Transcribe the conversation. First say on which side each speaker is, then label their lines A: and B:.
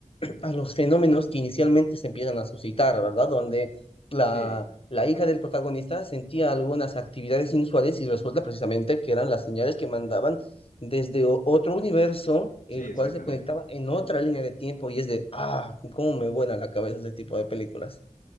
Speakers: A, on the left; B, on the left.
A: a los fenómenos que inicialmente se empiezan a suscitar, ¿verdad? Donde la,
B: Sí,
A: la hija del protagonista sentía algunas actividades inusuales y resulta precisamente que eran las señales que mandaban desde o- otro universo,
B: sí,
A: el
B: exactamente.
A: cual se conectaba en otra línea de tiempo y es de, ah, cómo me vuela la cabeza ese tipo de películas,